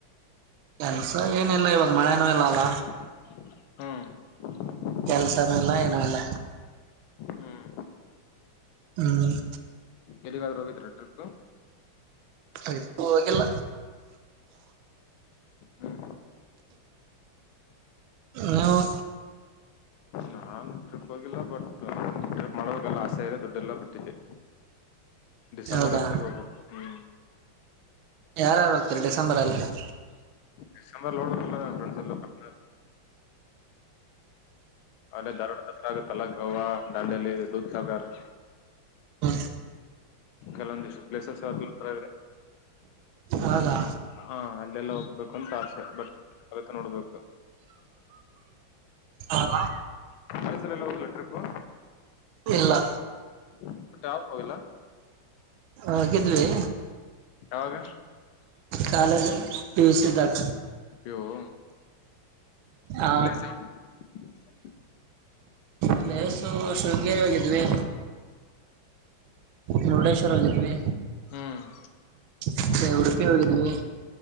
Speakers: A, on the right; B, on the left.
A: ಕೆಲ್ಸ ಏನ ಇಲ್ಲ ಇವಾಗ ಮಳೆನೂ ಇಲ್ಲಲ್ಲ.
B: ಹ್ಮ್
A: ಕೆಲ್ಸನ ಇಲ್ಲ ಏನು ಇಲ್ಲ.
B: ಹ್ಮ್
A: ಹ್ಮ್
B: ಎಲ್ಲಿಗಾದ್ರೂ ಹೋಗಿದ್ರಿ ಟ್ರಿಪು.
A: ಟ್ರಿಪ್ಪು ಹೋಗಿಲ್ಲ.
B: ಹ್ಮ್
A: ನೀವು.
B: ನಾನು ಟ್ರಿಪ್ ಹೋಗಿಲ್ಲ ಬಟ್ ಟ್ರಿಪ್ ಮಾಡಬೇಕೆಲ್ಲ ಆಸೆ ಇದೆ ದೊಡ್ ಡ್ಡಿಲ್ಲ ಬಿಟ್ಟಿದ್ದೆ ಡಿಸೆಂಬರ್
A: ಹೌದಾ
B: ಅಸ್ಟ್ರಲ್ಲಿ ಹೋಗ್ಬೇಕು ಹ್ಮ್.
A: ಯಾರ್ಯಾರ ಹೋಗ್ತಿರಿ ಡಿಸೆಂಬರಲ್ಲಿ.
B: ಡಿಸೆಂಬರ್ಲಿ ನೋಡಬೇಕೆಲ್ಲ ಫ್ರೆಂಡ್ ಎಲ್ಲ ಕಲ್ತ್. ಅಲ್ಲೇ ಧಾರವಾಡ್ಕ ಹತ್ರ ಆಗತ್ತಲ್ಲ ಗೋವಾ ದಾಂಡಲಿ ದೂದ್ ಸಾಗರ್.
A: ಹ್ಮ್
B: ಕೆಲೊಂದಿಷ್ಟ ಪ್ಲೇಸೆಸ್ <unintelligible> ಇದೆ.
A: ಹೌದಾ.
B: ಹ ಅಲ್ಲೆಲ್ಲ ಹೋಗ್ಬೇಕು ಅಂತ ಆಸೆ ಬಟ್ ಆಗತ್ತ ನೋಡ್ಬೇಕು.
A: ಹೌದಾ.
B: ಕಾಲೇಜಲೆಲ್ಲ ಹೋಗಿಲ್ಲ ಟ್ರಿಪ್ಪು.
A: ಇಲ್ಲ.
B: ಒಟ್ಟ ಯಾವುಕ್ ಹೋಗಿಲ್ಲ.
A: ಹೊಗಿದ್ವಿ.
B: ಯಾವಾಗ.
A: College P U C college
B: ಯವು
A: ಆ
B: ಪ್ಲೀಸ್ ಯಾವುದು <inaudible> <unintelligible>
A: ಪ್ಲೇಸು ಶೃಂಗೇರಿ ಹೋಗಿದ್ವಿ. ಮುರುಡೇಶ್ವರ ಹೋಗಿದ್ವಿ.
B: ಹ್ಮ್
A: ಮತ್ತೆ ಉಡುಪಿ ಹೋಗಿದ್ದಿವಿ.